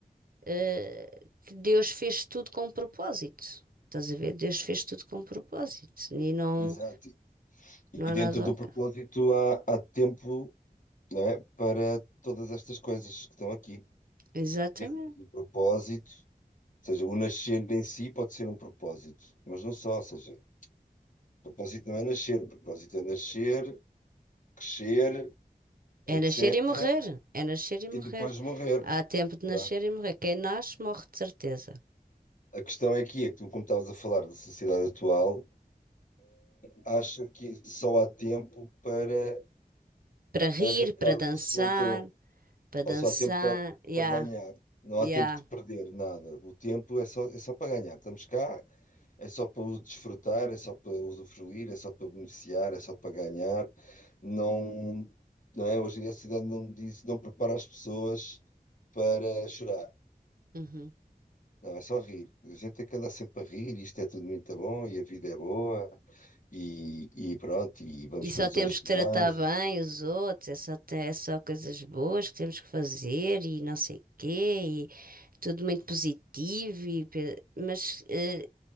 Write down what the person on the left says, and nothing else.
exato. E
dentro
do
propósito há, há tempo, não é, para todas estas coisas que estão aqui.
Dentro do propósito, ou seja, o nascer em si pode ser um propósito, mas não só, ou seja, o propósito não é nascer, o propósito é nascer, crescer, etc.
e
depois morrer.
Pronto.
A questão é que, é, tu, como estavas a falar da sociedade atual, Ah, Acha que só há tempo para
ficar
o que se plantou,
ou só há tempo para,
para ganhar. Não
há tempo de perder nada. O tempo é só, é só para ganhar. Estamos cá, é só para o desfrutar, é só para usufruir, é só para beneficiar, é só para ganhar. Não, não é? Hoje em dia a sociedade não diz, não prepara as pessoas para chorar.
Não, é só rir. A gente tem que andar sempre a rir, isto é tudo muito bom e a vida é boa e, e pronto, e vamos
todos
ao ginásio.